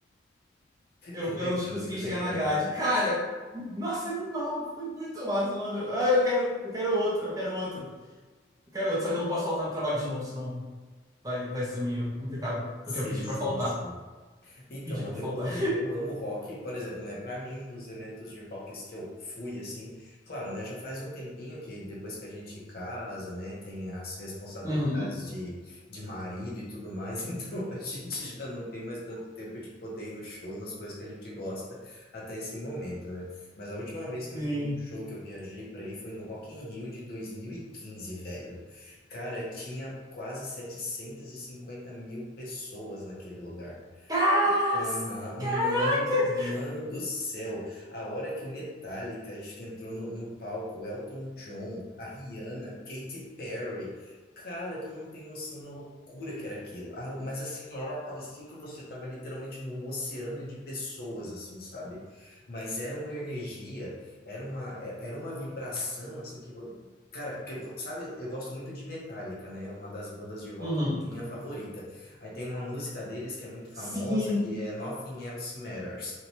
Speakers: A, on the right; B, on the left.
A: Eu,
B: Que legal,
A: eu consegui
B: que legal.
A: chegar na grade. Cara, nossa, animal. Foi muito massa, mano. Ah, eu quero, eu quero outro, eu quero outro. Eu quero outro. Só que eu não posso faltar no trabalho de novo, senão vai, vai ser meio complicado. Porque
B: Sim,
A: eu pedi
B: sim,
A: pra faltar.
B: sim. Então,
A: Pedi
B: mano,
A: pra faltar.
B: eu amo, eu amo rock, por exemplo, né? Para mim, um dos eventos de rocks que eu fui, assim, claro, né? Já faz um tempinho que depois que a gente casa, né? Tem as responsabilidades
A: Uhum.
B: de, de marido e tudo mais, <laughs> então a gente já não tem mais tanto tempo de poder ir nos shows, nas coisas que a gente gosta até esse momento, né? Mas a última vez que
A: Sim.
B: eu fui num show que eu viajei para ir foi no Rock in Rio de 2015 velho. Cara, tinha quase 750 mil pessoas naquele lugar.
A: Cas-
B: Aham,
A: Caracas!
B: Mano, mano do céu, a hora que o Metallica entrou no, no palco, o Elton John, a Rihanna, Katy Perry, cara, tu não tem noção da loucura que era aquilo. Ah, mas assim, era, parecia que você tava literalmente num oceano de pessoas, assim, sabe? Mas era uma energia, era uma, é- era uma vibração, assim, que, vo- cara, que, eu co- sabe, eu gosto muito de Metallica, né? É Uma das bandas de rock
A: Uhum.
B: minha favorita. Aí tem uma música deles que é muito famosa,
A: Sim.
B: que é Nothing Else Matters.